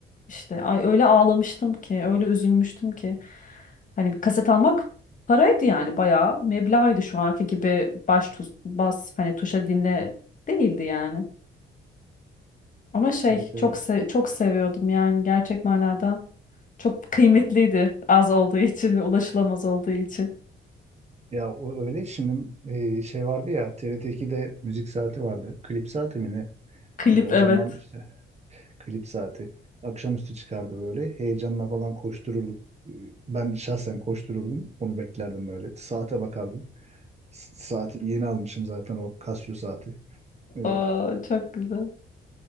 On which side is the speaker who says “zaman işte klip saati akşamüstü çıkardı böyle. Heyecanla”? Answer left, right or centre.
Right